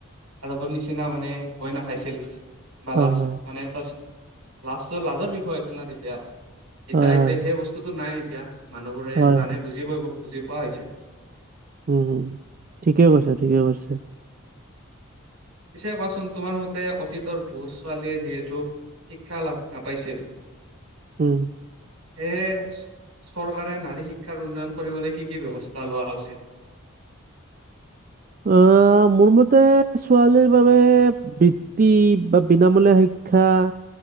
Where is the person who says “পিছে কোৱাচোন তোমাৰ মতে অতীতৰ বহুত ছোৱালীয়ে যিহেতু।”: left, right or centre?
Right